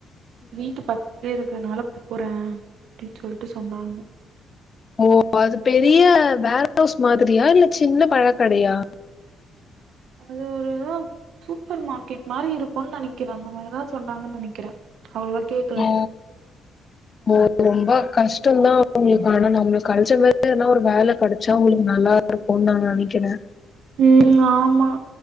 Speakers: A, on the right; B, on the left.
A: வீட்டு பக் கத்துலே இருக்கறனால போறே அப்டின் சொல்ட்டு சொன்னாங்க
B: ஓ அது பெரிய வேர்ஹவுஸ் மாதிரியா இல்ல சின்ன பழ கடையா
A: அது ஒரு சூப்பர் மார்க்கெட் மாரி இருக்குன் நெனைக்கிறே அந்த மாரி தா சொன்னாங்கன் நெனைக்கிறே அவள கேட்
B: ஓ ஓ ரொம்ப கஷ்டந்தா அவுங்களுக் ஆனா நம்ளுக் கெடச்ச மாரி எதுனா ஒரு வேல கெடச்சா அவுங்ளுக்கு நல்லா இருக்குன் நா நெனைக்கிறே
A: ம் ஆமா